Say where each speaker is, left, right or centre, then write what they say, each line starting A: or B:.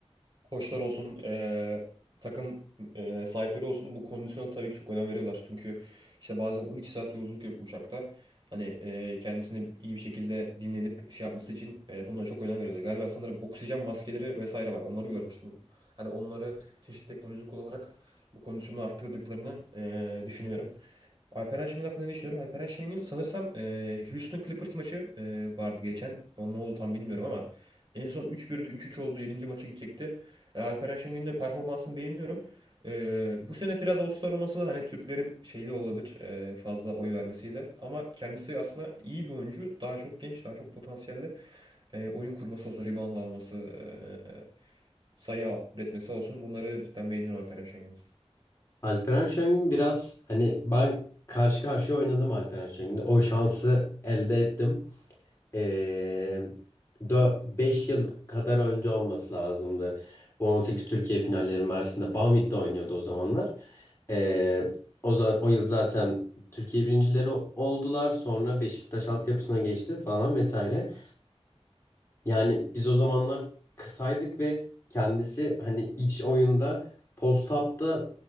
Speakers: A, on the right (about 45°); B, on the left (about 25°).
A: koçlar olsun, eee, takım eee, sahipleri olsun bu kondisyona tabii ki çok önem veriyorlar. Çünkü işte bazen 12 saat yolculuk yapıyor uçakta. Hani eee, kendisini iyi bir şekilde dinlenip şey yapması için eee bunlara çok önem veriyorlar. Galiba sanırım oksijen maskeleri vesaire var. Onları görmüştüm. Hani onları çeşitli teknoloji kullanarak bu kondisyonu arttırdıklarını eee, düşünüyorum. Alperen Şengün hakkında ne düşünüyorum? Alperen Şengün sanırsam eee, Houston Clippers maçı eee, vardı geçen. O ne oldu tam bilmiyorum ama en son 3-1'di 3-3 oldu yedinci maça gidecekti. E, Alperen Şengün'ün de performansını beğeniyorum. E, bu sene biraz All-Star olması hani Türklerin şeyli olabilir e, fazla oy vermesiyle. Ama kendisi aslında iyi bir oyuncu. Daha çok genç, daha çok potansiyelli. E, oyun kurması olsun, rebound alması, e, sayı üretmesi olsun. Bunları cidden beğeniyorum Alperen Şengün'ün.
B: Alperen Şengün biraz hani ben karşı karşıya oynadım Alperen Şengün'le. O şansı elde ettim. Ee, 5 yıl kadar önce olması lazımdı. Bu 18 Türkiye finalleri Mersin'de Banvit'te oynuyordu o zamanlar. Ee, o, za- o yıl zaten Türkiye birincileri oldular. Sonra Beşiktaş altyapısına geçti falan vesaire. Yani biz o zamanlar kısaydık ve kendisi hani iç oyunda post-up'ta